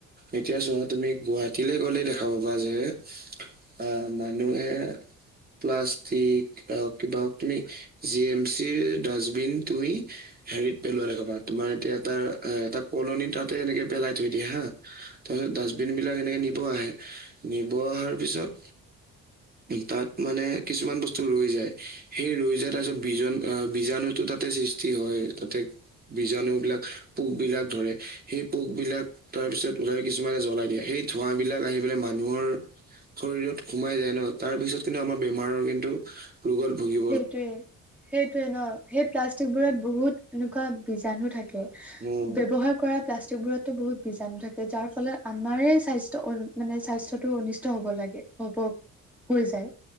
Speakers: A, on the right (about 30°); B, in the centre.
A: এতিয়া চোৱা তুমি গুৱাহাটীলৈ গ'লে দেখা পাবা যে আ, মানুহে প্লাষ্টিক আ, কিবাকিবি, জি এম চিৰ ডাষ্টবিন তুমি হেৰিত পেলোৱা দেখবা, তোমাৰ এতিয়া এটা, এটা কলনী তাতে এনেকে পেলাই থৈ দিয়ে হা! তাৰ পিছত ডাষ্টবিন বিলাক এনেকে নিব আহে, নিব অহাৰ পিছত তাত মানে কিছুমান বস্তু ৰৈ যায়, সেই ৰৈ যায় তাৰ পিছত বীজণ বীজাণুটো তাতে সৃষ্টি হয়, তাতে বীজাণুবিলাক পোকবিলাক ধৰে, সেই পোকবিলাক তাৰপিছত ওলাই কিছুমানে জ্বলাই দিয়ে সেই ধোঁৱা বিলাক আহি পেলাই মানুহৰ শৰীৰত সোমাই যায় ন, তাৰপিছত কিন্তু আমাৰ বেমাৰৰ কিন্তু ৰুগত ভূগি
B: সেইটোয়ে, সেইটোয়ে ন, সেই প্লাষ্টিক বোৰত বহুত এনেকুৱা বীজাণু থাকে।
A: উম
B: ব্যৱহাৰ কৰা প্লাষ্টিকবোৰতো বহুত বীজাণু থাকে যাৰ ফলত আমাৰে স্বাস্থ্য মানে স্বাস্থ্যতটোৰ অনিষ্ট হ'ব লাগে, হ'ব। হৈ যায়।